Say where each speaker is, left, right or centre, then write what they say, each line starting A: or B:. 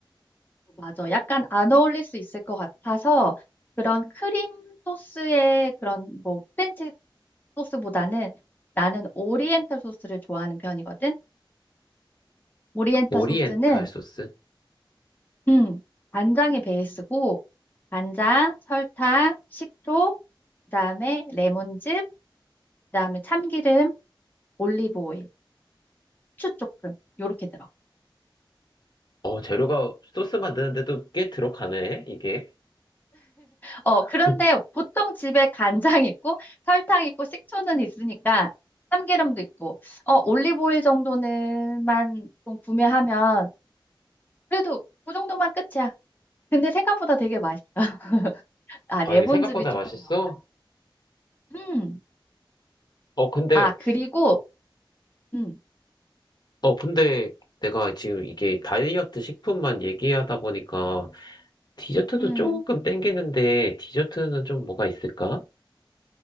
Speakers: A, on the left; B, on the left.
A: 맞아. 약간 안 어울릴 수 있을 것 같아서 그런 크림 소스의 그런 뭐 프렌치 소스보다는 나는 오리엔탈 소스를 좋아하는 편이거든. 오리엔탈
B: 오리엔탈
A: 소스는
B: 소스?
A: 음, 간장이 베이스고 간장, 설탕, 식초, 그다음에 레몬즙 그다음에 참기름, 올리브 오일, 후추 조금 요렇게 들어.
B: 어, 재료가 소스 만드는데도 꽤 들어가네, 이게.
A: 어,
B: <laughs>
A: 그런데 보통 집에 간장 있고 설탕 있고 식초는 있으니까 참기름도 있고 어, 올리브 오일 정도는만 좀 구매하면 그래도 그 정도만 끝이야. 근데 생각보다 되게 맛있어. <laughs> 아,
B: 아,
A: 레몬즙이
B: 이게 생각보다
A: 조금
B: 맛있어?
A: 더. 음.
B: 어, 근데,
A: 아, 그리고 음.
B: 어, 근데 내가 지금 이게 다이어트 식품만 얘기하다 보니까 디저트도
A: 음.
B: 조금 땡기는데 디저트는 좀 뭐가 있을까?